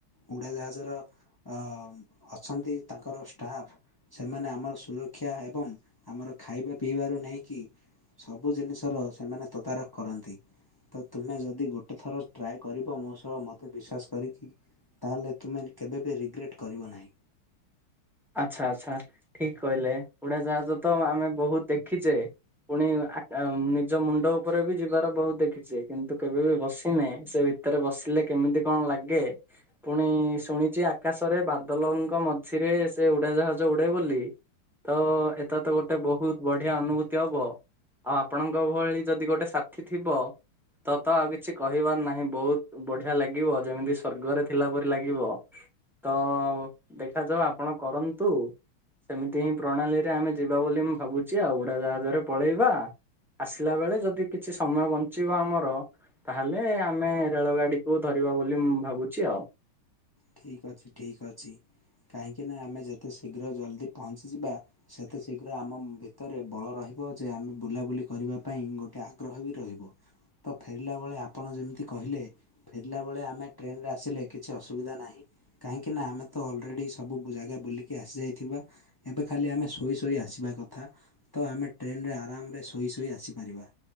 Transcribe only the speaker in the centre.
ଆଚ୍ଛା, ଆଚ୍ଛା ଠିକ୍ କହିଲେ ଉଡାଯାହଜ ତ ଆମେ ବହୁତ ଦେଖିଛେ। ପୁଣି ଆକା ନିଜ ମୁଣ୍ଡ ଉପରେ ବି ଯିବାର ବହୁତ ଦେଖିଛେ କିନ୍ତୁ କେବେ ବି ବସିନେ ସେ ଭି ଭିତରେ ବସିଲେ କେମିତି କଣ ଲାଗେ? ପୁଣି ଶୁଣିଛି ଆକାଶରେ ବାଦଲଙ୍କ ମଝିରେ ସେ ଉଡାଜାହାଜ ଉଡେ ବୋଲି। ତ ଏଟ୍ଟା ତ ଗୋଟେ ବହୁତ ବଢିଆ ଅନୁଭୂତି ହବ। ଆଉ ଆପଣଙ୍କ ଭଳି ଯଦି ଗୋଟେ ସାଥିୀ ଥିବ। ତ ତ ଆଉ କିଛି କହିବାର ନାହିଁ ବହୁତ ବଢିଆ ଲାଗିବ ଯେମିତି ସ୍ଵର୍ଗରେ ଥିଲା ପରି ଲାଗିବ। ତ ଦେଖାଯାଉ ଆପଣ କରନ୍ତୁ। ସେମିତି ହିଁ ପ୍ରଣାଳୀରେ ଆମେ ଯିବା ବୋଲି ମୁଁ ଭାବୁଛି ଆଉ ଉଡା ଯାହାଦଵରେ ପଳେଇବା। ଆସିଲା ବେଳେ ଯଦି କିଛି ସମୟ ବଞ୍ଚିବ ଆମର ତାହେଲେ ଆମେ ରେଳଗାଡିକୁୁ ଧରିବା ବୋଲିଁ ମୁଁ ଭାବୁଛି ଆଉ।